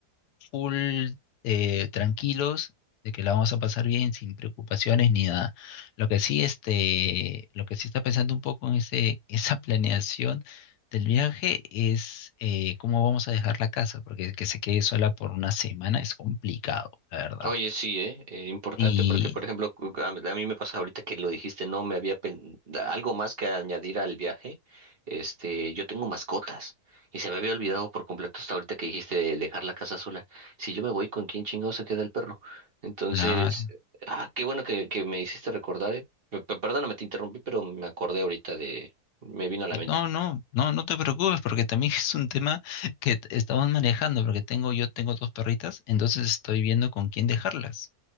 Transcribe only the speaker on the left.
full eh, tranquilos, de que la vamos a pasar bien, sin preocupaciones ni nada. Lo que sí, este, lo que sí está pensando un poco en ese, <laughs> esa planeación del viaje es eh, cómo vamos a dejar la casa, porque que se quede sola por una semana es complicado, la verdad.
Y
claro.
No, no, no, no te preocupes porque también <laughs> es un tema que t- estamos manejando porque tengo yo tengo dos perritas, entonces estoy viendo con quién dejarlas.